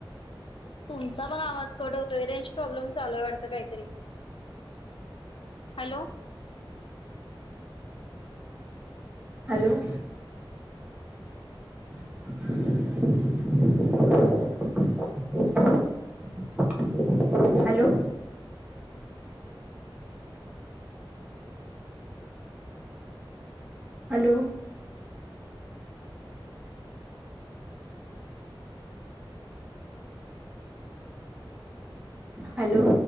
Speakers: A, on the left; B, on the right.
A: तुमचा पण आवाज कट होतोय. रेंज प्रॉब्लेम चालूय वाटत काहीतरी. Hello.
B: Hello. <inaudible> Hello. Hello. Hello.